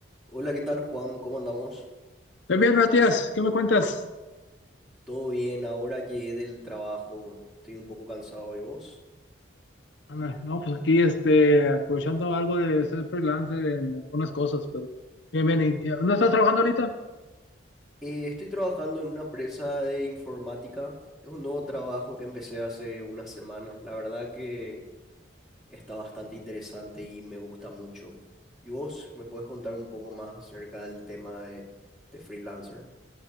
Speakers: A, in the centre; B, on the left (about 65°).
A: Hola, ¿qué tal, Juan? ¿Cómo andamos?
B: Bien, bien, Matías, ¿qué me cuentas?
A: Todo bien, ahora llegué del trabajo, estoy un poco cansado, ¿y vos?
B: Ándale, no, pues aquí este, aprovechando algo de ser freelancer en algunas cosas, pero bien, bien. ¿y- y- ¿No estás trabajando ahorita?
A: Eh, estoy trabajando en una empresa de informática, es un nuevo trabajo que empecé hace unas semanas, la verdad que está bastante interesante y me gusta mucho. ¿Y vos me puedes contar un poco más acerca del tema de, de freelancer?